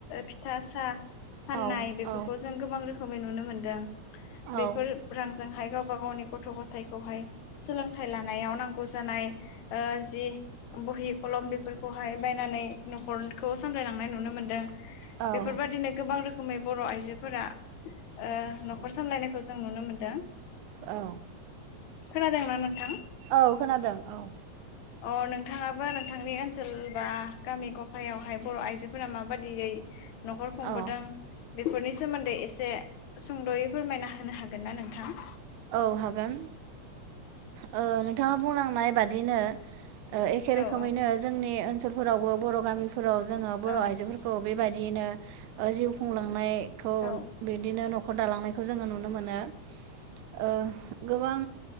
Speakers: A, on the left; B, on the right.
A: फिथा साहा फाननाय
B: औ
A: बेफोरखौ जों गोबां रो मै नुनो मोन्दों।
B: औ
A: बेफोर रां जोंहाय गावबा गावनि गथ' गथायखौहाय सोलोंथाइ लानायाव नांगौ जानाय ओ जि बहि खलम बेफोरखौहाय बायनानै न'खरखौ सामलायलांनाय नुनो मोनदों।
B: औ
A: बेफोरबायादिनो गोबां रोखोम रोखोमै बर' आइजोफोरा ओ न'खर सामलायनायखौ जों नुनो मोनदों
B: औ
A: खोनादोंना नोंथां?
B: औ खोनादों औ।
A: अ नोंथाङाबो नोंथांनि ओनसोल बा गामि गफायावहाय बर' आइजोफोरा माबादियै न'खर खुंबोदों
B: औ
A: बेफोरनि सोमोन्दै एसे सुंद'यै फोरमायना होनो हागोन ना नोंथां?
B: औ हागोन ओ नोंथाङा बुंलांनाय बादिनो ओ एखे
A: औ
B: रोखोमैनो
A: औ
B: जोंनि ओनसोलफोरावबो बर' गामि फोराव जोङो बर'
A: औ
B: आइजोफोरखौ बेबायदिनो जिउ खुंलांनायखौ
A: औ
B: बिदिनो नखर दालांनायखौ जोङो नुनो मोनो। ओ गोबां